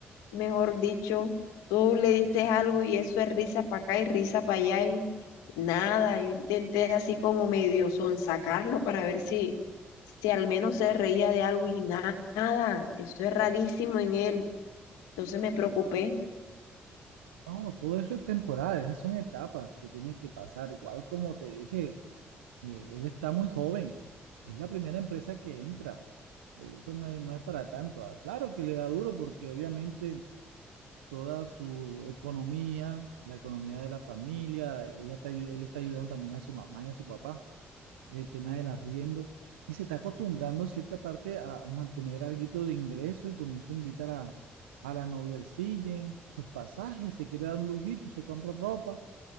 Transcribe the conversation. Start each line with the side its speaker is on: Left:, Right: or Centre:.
Left: mejor dicho, tú le dices algo y eso es risa para acá y risa para allá y nada, yo intenté así como medio sonsacarlo para ver si... Si al menos se reía de algo y na- nada, eso es rarísimo en él. Entonces me preocupé.
Right: No, todo eso es temporal, esas son etapas que tienen que pasar. Igual como te dije, eh, él está muy joven, es la primera empresa que entra. Eh, Eso no es, no es para tanto. Ah, Claro que le da duro porque obviamente toda su economía, la economía de la familia, ella está, ayu- él está ayudando también a su mamá y a su papá, el tema del arriendo, y se está acostumbrando a cierta parte a mantener algo de ingreso y con eso invitar a, la, a la novia al cine, sus pasajes, se quiere dar un lujito, se compra ropa,